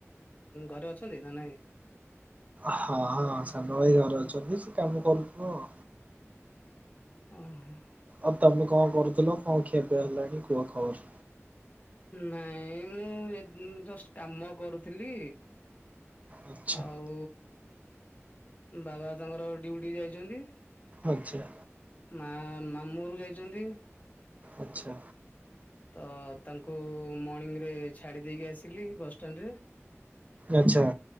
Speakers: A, on the left; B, on the right.
A: ଘରେ ଅଛନ୍ତି ନା ନାଇଁ?
B: ହଁ ହଁ ସାନ ଭାଇ ଘରେ ଅଛନ୍ତି, ସେ କାମ କରୁଥିବ ଆଉ।
A: ହଁ।
B: ଆଉ ତମେ କଣ କରୁଥିଲ କଣ ଖିଆ ପିଆ ହେଲାଣି କୁହ? ଖବର
A: ନାଇଁ ମୁଁ ଜଷ୍ଟ କାମ କରୁଥିଲି।
B: ଆଚ୍ଛା
A: ଆଉ ବାବା ତାଙ୍କର ଡିଉଟି ଯାଇଛନ୍ତି।
B: ଆଚ୍ଛା।
A: ମା ମାମୁ ଘରକୁ ଯାଇଛନ୍ତି।
B: ଆଚ୍ଛା
A: ତ ତାଙ୍କୁ ମର୍ଣ୍ଣିଂରେ ଛାଡ଼ି ଦେଇକି ଆସିଲି ବସ୍ ଷ୍ଟାଣ୍ଡ ରେ।
B: ଆଚ୍ଛା।